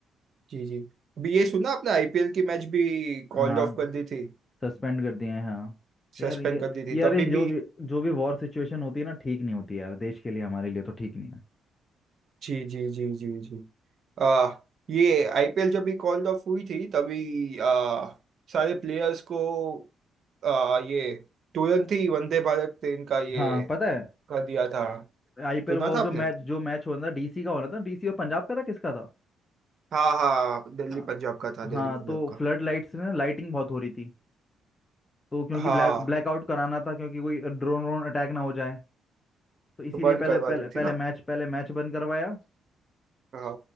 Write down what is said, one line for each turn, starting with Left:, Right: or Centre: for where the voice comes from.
Right: जी जी अभी ये सुना आपने आईपीएल की मैच भी
Left: हाँ
Right: कॉल्ड ऑफ कर दी थी
Left: सस्पेंड कर दिए हैं हाँ
Right: सस्पेंड
Left: यार ये
Right: कर दी थी
Left: यार
Right: तो अभी
Left: ये जो
Right: भी
Left: भी जो भी वॉर सिचुएशन होती है ना ठीक नहीं होती यार देश के लिए हमारे लिए तो ठीक नहीं है
Right: जी जी जी जी जी आ, ये आईपीएल जब भी कॉल्ड ऑफ हुई थी तभी आ, सारे प्लेयर्स को आ, ये तुरंत ही वंदे भारत ट्रेन का ये
Left: हाँ पता है
Right: कर दिया था
Left: आईपीएल
Right: सुना
Left: वो
Right: था
Left: जो
Right: आपने
Left: मैच जो मैच होना था डीसी का होना था डीसी और पंजाब का था किसका था
Right: हाँ हाँ दिल्ली
Left: हाँ
Right: पंजाब का था दिल्ली
Left: हाँ
Right: पंजाब
Left: तो
Right: का
Left: फ्लड लाइट्स में लाइटिंग बहुत हो रही थी तो क्योंकि
Right: हाँ
Left: ब्लैक ब्लैकआउट कराना था क्योंकि कोई ड्रोन व्रोन अटैक ना हो जाए तो इसीलिए
Right: तो बंद
Left: पहले
Right: करवा
Left: पहले
Right: दी
Left: पहले
Right: थी ना
Left: मैच पहले मैच बंद करवाया
Right: हाँ